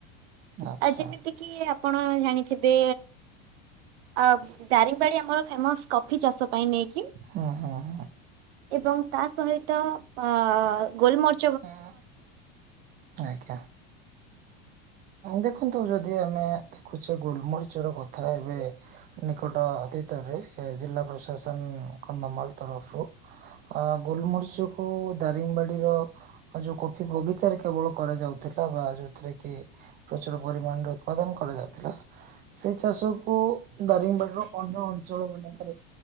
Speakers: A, on the right; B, on the right.
A: ଆଚ୍ଛା
B: ଆ ଯେମିତି କିି ଆପଣ ଜାଣିଥିବେ ଅ ଜାରିଙ୍ଗବାଡ଼ି ଆମର ଫେମସ କଫି ଚାଷ ପାଇଁ ନେଇକି।
A: ହଁ ହଁ ହଁ।
B: ଏବଂ ତା ସହିତ ଅ ଗୋଲମରି
A: ହ ଆଜ୍ଞା। ଦେଖନ୍ତୁ ଯଦି ଆମେ ଦେଖୁଛେ ଗୋଲମରିଚ ର କଥା ଏବେ ନିକଟ ଅତୀତରେ ଜିଲ୍ଲା ପ୍ରଶାସନ କନ୍ଧମାଳ ତରଫରୁ ଅ ଗୋଲମରିଚକୁ ଦାରିଙ୍ଗବାଡିର ଯୋଉ କଫି ବଗିଚାରେ କେବଳ କରାଯାଉଥିଲା ବା ଯଉଥିରେ କି ପ୍ରଚୁର ପରିମାଣରେ ଉତ୍ପାଦନ କରାଯାଉଥିଲା। ସେ ଚାଷ କୁ ଦାରିଙ୍ଗବାଡ଼ିର ଅନ୍ୟ ଅଞ୍ଚଳ ମାନଙ୍କରେ